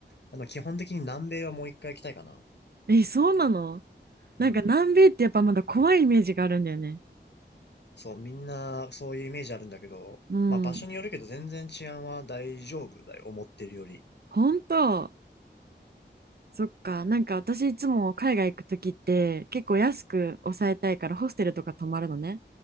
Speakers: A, on the left (about 65°); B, on the right (about 55°).
A: あの、基本的に南米はもう一回行きたいかな。
B: ーえ、そうなの
A: うん。
B: なんか南米ってやっぱまだ怖いイメージがあるんだよね。
A: そう、みんなそういうイメージあるんだけど、
B: うん。
A: まあ場所によるけど全然治安は大丈夫だよ、思ってるより。
B: 本当そっか。なんか私いつも海外行くときって結構安く抑えたいからホステルとか泊まるのね。